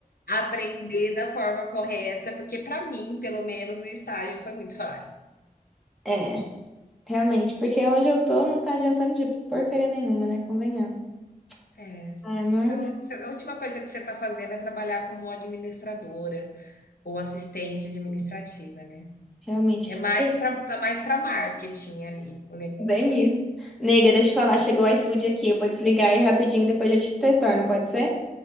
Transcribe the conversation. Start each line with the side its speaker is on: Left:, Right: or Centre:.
Left: aprender da forma correta, porque para mim, pelo menos, o estágio foi muito falho.
Centre: É, realmente, porque onde eu tô não tá adiantando de porcaria nenhuma, né? Convenhamos.
Left: É,
Centre: Ai, mas
Left: você não- você- a última coisa que você está fazendo é trabalhar como administradora ou assistente administrativa, né?
Centre: Realmente.
Left: É mais
Centre: Tem
Left: pra tá mais para marketing ali o negócio.
Centre: Bem isso. Nega, deixa eu falar, chegou o iFood aqui, eu vou desligar aí rapidinho, depois eu te retorno, pode ser?